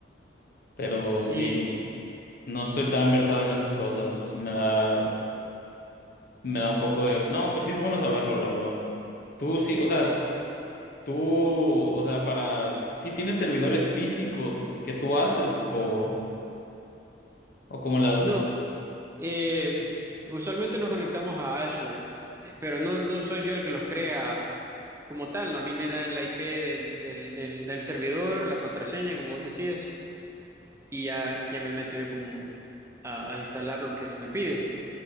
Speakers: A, on the left; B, on the right.
A: Pero
B: Sí,
A: sí, no estoy tan versado en esas cosas. Me da, me da un poco de. No, pues sí es bueno saberlo, la verdad. Tú sí, o
B: sí.
A: sea, tú, o sea, para. Sí tienes servidores físicos que tú haces o, o cómo lo haces.
B: No, eh, usualmente nos conectamos a Azure, eh, pero no, no soy yo el que los crea como tal, ¿no? A mí me dan la IP del, del, del, del servidor, la contraseña, como vos decías. y ya, ya me meto yo como a, a instalar lo que se me pide.